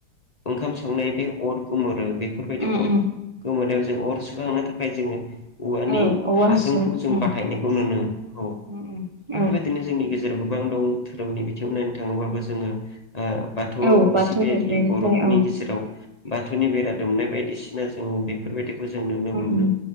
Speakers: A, on the left; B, on the right.
A: ओंखाम संनाय बे अर गुमोरो बेफोरबायदि
B: उम
A: अर
B: उम
A: गोमोरनायाव जों अर सुखांनो थाखाय जोङो औवानि
B: औ औवा
A: हासुंखौ
B: हासुं
A: जों
B: उम
A: बाहायनायखौ नुयो औ
B: उम उम
A: बेफोरबायदिनो
B: औ
A: जोंनि गोबां दं धोरोमनि बिथिङाव नायनो थाङोबाबो जोङो ओ बाथौ
B: औ बाथौ
A: सिबियारि
B: हेबनायनिफ्राय
A: बर'फोरनि
B: औ उम
A: गेजेराव बाथौनि बेरा दुमनाय बायदिसिना जोङो बेफोरबायदि जों नुनो मोनो
B: उम